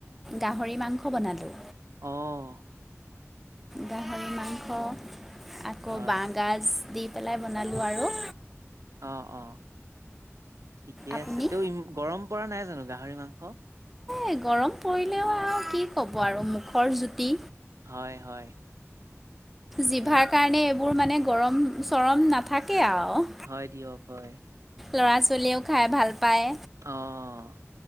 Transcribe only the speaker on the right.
অহ।
হয়
অহ', অহ' ঠিকেই
আছে। ত' গৰম পৰা নাই জানোঁ গাহৰি মাংস।
হয়, হয়।
সেই
হয়, দিয়ক হয়।
অহ।